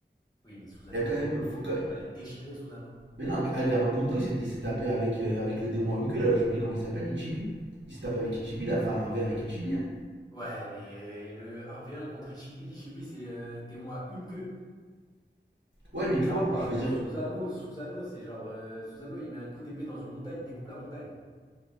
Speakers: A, on the left; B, on the right.
A: Oui, mais Susanoo,
B: Il y a quand
A: il va,
B: même.
A: les
B: Faut
A: il
B: que-
A: va, il va les déchirer, Susanoo.
B: Mais non, Ga- Gamabunto, il s'était- il s'est tapé avec, euh, avec le démon à une queue, là, j'ai oublié comment il s'appelle, Ichibi. Il s'est tapé avec Ichibi, il a fait un verre avec Ichibi. hein.
A: Ouais, mais le un v un contre Ishibi, Ishibi, c'est euh, des mois une queue.
B: Ouais, mais tu
A: Là,
B: vois,
A: on parle
B: je veux
A: de
B: dire.
A: Susanoo. Susanoo, c'est genre. euh, Susanoo, il met un coup d'épée dans une montagne, il découpe la montagne.